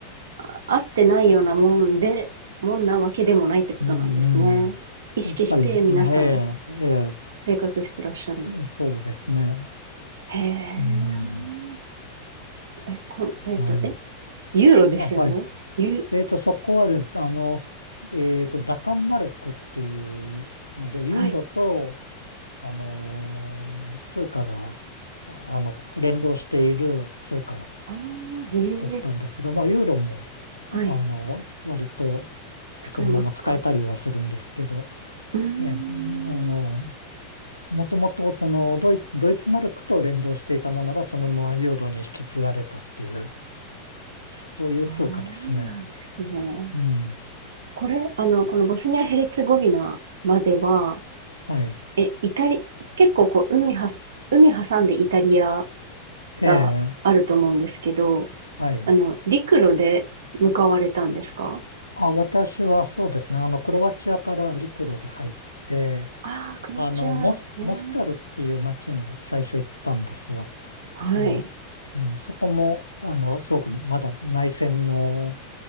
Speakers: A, on the right; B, on the left.
A: あ合ってないようなもんで、もんなわけでもないってことなんですね。
B: うん、うん。
A: 意識して皆さん
B: やっぱり前、ええ、
A: 生活してらっしゃる。
B: そうですね。
A: へえ。
B: うん。
A: え、こん、えっと、
B: そうね
A: え、ユーロですよね。
B: まあ、はい。
A: ユ、
B: えっと、そこはね、あの、えっと、ダカンマルクっていうので、
A: はい。
B: ユーロと、あのー通貨が、あの、連動している通貨
A: ああ、
B: だったんですが、
A: ええ
B: まあ、ユーロも、
A: はい。
B: あの、割と
A: 使えますか。
B: そのまま使えたりはするんですけど、
A: うーん。
B: ね、あの、もともとそのドイ、ドイツマルクと連動していたものがそのままユーロに引き継がれたっていう、そういう通貨ですね。
A: そうなんですね。
B: うん。
A: これ、あの、このボスニア・ヘルツェゴビナまでは、
B: はい。
A: え、イタリ、結構こう、海は、海挟んでイタリア
B: ええ、
A: があると思うんですけど、
B: はい。
A: あの、陸路で向かわれたんですか
B: あ、私はそうですね。あの、クロアチアから陸路で入って、
A: ああー、クロアチア、
B: あの、モス、
A: うん
B: モスタルっていう町に最初行ったんですよ。
A: はい。
B: あの、うん、そこも、あの、すごくまだ内戦の、